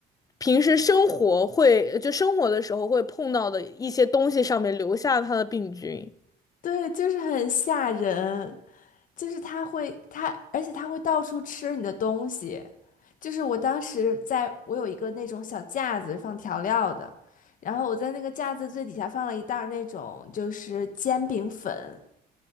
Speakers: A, on the left; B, on the left.
A: 平时生活会，就生活的时候会碰到的一些东西上面留下它的病菌。
B: 对，就是很吓人，就是它会它，而且它会到处吃你的东西。就是我当时在，我有一个那种小架子放调料的，然后我在那个架子最底下放了一袋儿那种就是煎饼粉，